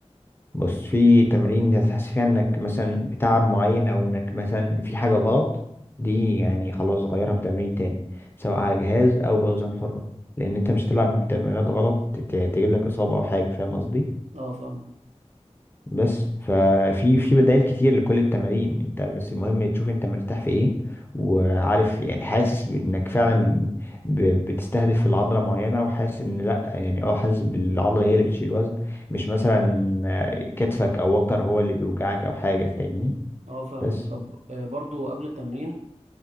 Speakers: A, on the left; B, on the right.
A: بص في تمارين هتحس فيها انك مثلا بتعب معين او انك مثلا في حاجة غلط دي يعني خلاص غيرها بتمرين تاني سواء على جهاز او باوزان حرة لان انت مش تلعب تمرينات غلط ت- تجيب لك اصابة او حاجة فاهم قصدي
B: أه فاهمة
A: بس ففي في بدائل كتير لكل التمارين انت بس المهم تشوف انت مرتاح في ايه وعارف يعني حاسس بانك فعلا ب- بتستهدف العضله معينه وحاسس ان لا يعني اه حاسس بالعضله هي اللي بتشيل وزن مش مثلا آه، كتفك او وتر هو اللي بيوجعك او حاجه فاهمني
B: أه فاهمة
A: بس
B: طب آه، برضو قبل التمرين